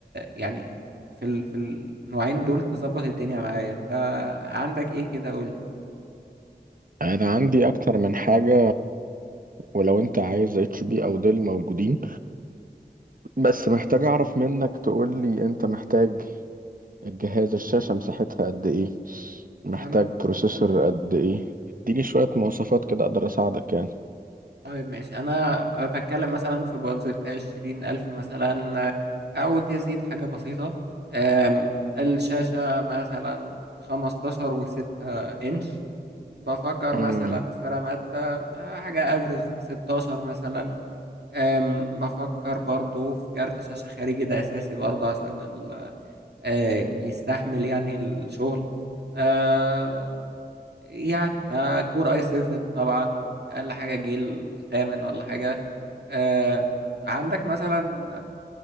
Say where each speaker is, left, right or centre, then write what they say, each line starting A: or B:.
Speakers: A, on the right; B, on the right.
A: يعني في ال... في النوعين دول تظبط الدنيا معايا انت عندك ايه كده قول لي
B: انا عندي اكتر من حاجة ولو انت عايز اتش بي او ديل موجودين بس محتاج اعرف منك تقول لي انت محتاج الجهاز الشاشة مساحتها قد ايه محتاج
A: انا
B: بروسيسور قد ايه اديني شوية مواصفات كده اقدر اساعدك يعني
A: طيب ماشي انا بتكلم مثلا في بادجت عشرين الف مثلا او تزيد حاجة بسيطة أم، الشاشة مثلا خمستاشر وستة انش بفكر
B: مم.
A: مثلا في راماتا آه، حاجة افرز 16 مثلا آم، بفكر برضو في كارت شاشة خارجي ده اساسي برضو عشان ال- آه، يستحمل يعني الشغل آه، يعني ما كور اي 7 طبعا اقل حاجة جيل تامن ولا حاجة آه، عندك مثلا